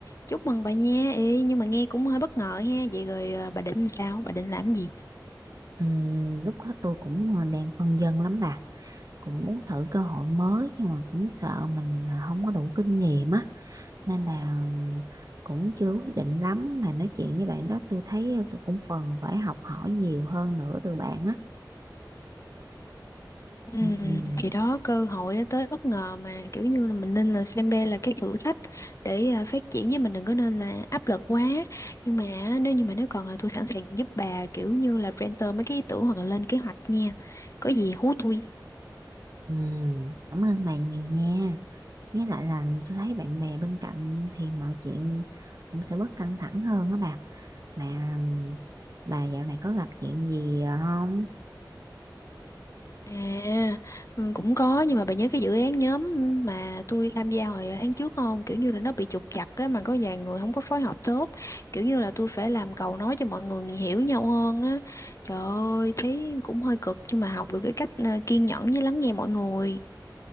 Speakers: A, on the left; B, on the right.
A: chúc mừng bà nha, ê, nhưng mà nghe cũng hơi bất ngờ ha, vậy rồi à, bà định sao, bà định làm gì?
B: Ừm, lúc đó tôi cũng à, đang phân vân lắm bà cũng muốn thử cơ hội mới nhưng mà cũng sợ mình à, không có đủ kinh nghiệm á nên là cũng chưa quyết định lắm mà nói chuyện với bạn đó tôi thấy à, tôi cũng phần phải học hỏi nhiều hơn nữa từ bạn á
A: Ừ,
B: Ừm,
A: thì đó cơ hội nó tới bất ngờ mà kiểu như là mình nên là xem đây là cái thử thách để à, phát triển với mình đừng có nên là áp lực quá nhưng mà á, nếu như mà nếu còn là tôi sẵn sàng giúp bà kiểu như là renter mấy cái ý tưởng hoặc là lên kế hoạch nha có gì hú tôi
B: ừm, cảm ơn bà nhiều nha với lại là tôi thấy bạn bè bên cạnh thì mọi chuyện cũng sẽ bớt căng thẳng hơn á bà mà ừm, bà dạo này có gặp chuyện gì à, không
A: À, ừ, cũng có nhưng mà bà nhớ cái dự án nhóm mà tôi tham gia hồi tháng trước không? Kiểu như là nó bị trục trặc á mà có vài người không có phối hợp tốt. Kiểu như là tôi phải làm cầu nói cho mọi người hiểu nhau hơn á. Trời ơi, thấy cũng hơi cực nhưng mà học được cái cách à, kiên nhẫn với lắng nghe mọi người.